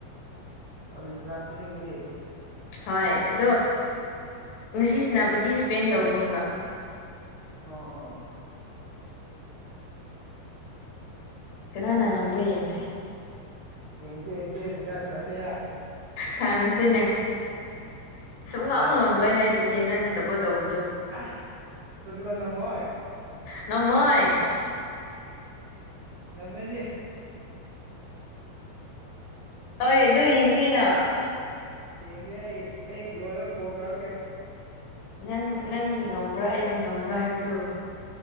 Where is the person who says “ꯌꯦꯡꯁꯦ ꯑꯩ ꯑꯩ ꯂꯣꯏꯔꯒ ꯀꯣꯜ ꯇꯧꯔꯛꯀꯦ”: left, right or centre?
Right